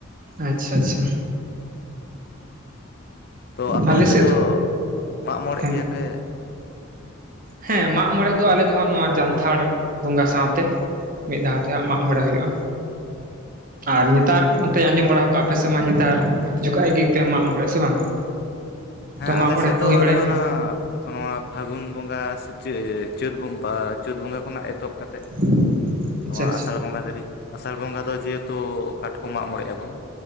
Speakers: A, on the right (about 40°); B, on the left (about 50°).
A: ᱟᱪᱪᱷᱟ ᱟᱪᱪᱷᱟ
B: ᱛᱚ ᱟᱯᱮ
A: ᱟᱞᱮ
B: ᱚᱱᱛᱮ
A: ᱥᱮᱫ
B: ᱫᱚ ᱢᱟᱜ ᱢᱚᱬᱮᱜ
A: ᱦᱮᱸ
B: ᱜᱮᱭᱟ ᱯᱮ
A: ᱦᱮᱸ ᱢᱟᱜ ᱢᱚᱬᱮ ᱫᱚ ᱟᱞᱮ ᱫᱚᱦᱟᱸᱜ ᱱᱚᱣᱟ ᱡᱟᱱᱛᱷᱟᱲ ᱵᱚᱸᱜᱟ ᱥᱟᱶᱛᱮ ᱢᱤᱫ ᱫᱷᱟᱣ ᱛᱮ ᱦᱟᱸᱜ ᱢᱟᱜ ᱢᱚᱬᱮ ᱦᱩᱭᱩᱜᱼᱟ ᱟᱨ ᱱᱮᱛᱟᱨ ᱚᱱᱛᱮ ᱟᱸᱡᱚᱢ ᱵᱟᱲᱟ ᱠᱟᱜᱼᱟ ᱟᱯᱮᱥᱮᱫ ᱢᱟ ᱱᱮᱛᱟᱨ ᱡᱚᱠᱷᱟᱡ ᱜᱮᱯᱮ ᱢᱟᱜ ᱢᱚᱬᱮᱜᱼᱟ ᱥᱮ ᱵᱟᱝ? <inaudible>
B: ᱦᱮᱸ
A: ᱢᱟᱜ
B: ᱟᱞᱮ
A: ᱢᱚᱬᱮ
B: ᱥᱮᱫ
A: ᱠᱚ
B: ᱫᱚ
A: ᱦᱩᱭ ᱵᱟᱲᱟᱭᱮᱱᱟ
B: ᱚᱱᱮ ᱚᱱᱟ
A: ᱦᱟᱸᱜ
B: ᱱᱚᱣᱟ ᱯᱷᱟᱹᱜᱩᱱ ᱵᱚᱸᱜᱟ ᱥᱮ ᱪᱟᱹᱛ ᱵᱚᱸᱜᱟ ᱪᱟᱹᱛ ᱵᱚᱸᱜᱟ ᱠᱷᱚᱱᱟᱜ ᱮᱛᱚᱦᱚᱵ ᱠᱟᱛᱮᱫ
A: <inaudible>
B: ᱱᱚᱣᱟ
A: ᱟᱪᱪᱷᱟ ᱟᱪᱪᱷᱟ
B: ᱟᱥᱟᱲ ᱵᱚᱸᱜᱟ ᱫᱷᱟᱹᱨᱤᱡ ᱟᱥᱟᱲ ᱵᱚᱸᱜᱟ ᱫᱚ ᱡᱮᱦᱮᱛᱩ ᱠᱟᱴᱠᱚᱢ ᱢᱟᱜ ᱢᱚᱬᱮᱜ ᱟᱵᱚᱱ